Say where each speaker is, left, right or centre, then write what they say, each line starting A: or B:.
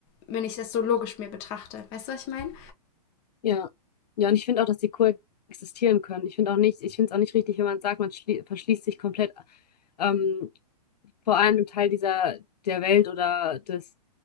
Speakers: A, on the left; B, on the left.
A: wenn ich das so logisch mir betrachte. Weißt du, was ich meine?
B: ja. Ja, und ich finde auch, dass die coexistieren können. Ich finde auch nicht, ich finde es auch nicht richtig, wenn man sagt, man schlie- verschließt sich komplett ähm, vor allem Teil dieser der Welt oder des,